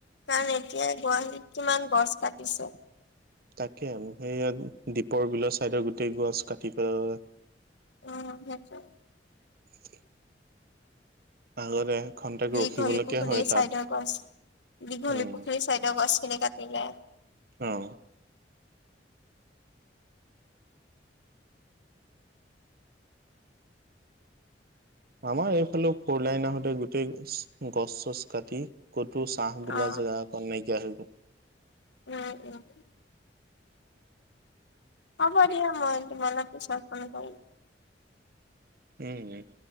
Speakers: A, on the left; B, on the right.
A: কাৰণ এতিয়া গুৱাহাটীত কিমান গছ কাটিছে।
B: তাকে আৰু সেইয় দ্বীপৰ বিলৰ চাইডৰ গোটেই গছ কাটি পেলালে।
A: উম সেইটো
B: <unintelligible> আগতে এঘন্টাক
A: দিঘলী
B: ৰখিবলৈকে
A: পুখুৰীৰ
B: হয় তাত
A: ছাইডৰ গছ, দীঘলী
B: উম
A: পুখুৰীৰ চাইডে গছখিনি কাটিলে।
B: অঁ আমাৰ এইফালে ফুৰ লাইন, আহোতে গোটেই গছ চছ কাটি ক'তি ছাহ বোলা
A: অ
B: জেগাকণ নাইকিয়া হৈ গ'ল।
A: উম উম। হ'ব দিয়া মই তোমালে পিছত ফোন কৰিম।
B: উম উম।